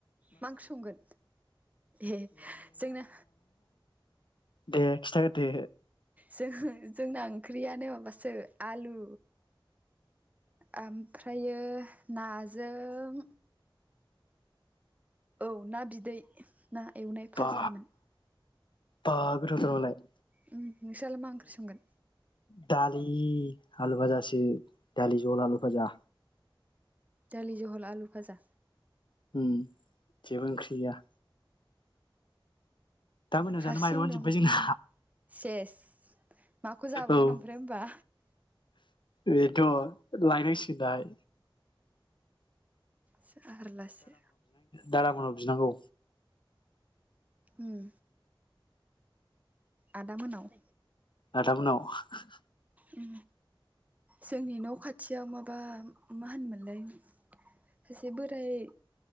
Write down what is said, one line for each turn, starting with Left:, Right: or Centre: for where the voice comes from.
Right: मा ओंख्रि संगोन ए जोंना
Left: दे खिथा दे
Right: जों-जोंना ओंख्रियानो माबासो आलु ओमफ्रायो नाजों औ ना बिदै ना एवनाय फाजामोन
Left: बा बा गोथावथारलाय
Right: उ नोंसोरलाय मा ओंख्रि संगोन?
Left: दालि आलु भाजासो दालि जल आलु भाजा
Right: दालि जहल आलु फाजा
Left: उम जेबो ओंख्रिया मोनायाव
Right: हारसिं
Left: जानो माइरंआनो
Right: दं
Left: जोब्बाय जोंना
Right: नों सेस माखौ जाबावगोन
Left: औ
Right: ओमफ्राय होनबा?
Left: बेथ' लायनांसिगौ दाय
Right: जारलासो
Left: दादामोनाव बिनांगौ
Right: उम आदा मोनाव
Left: आदामुनाव ।
Right: ओम जोंनि न' खाथियाव माबा मा होनमोनलाय सासे बोराय।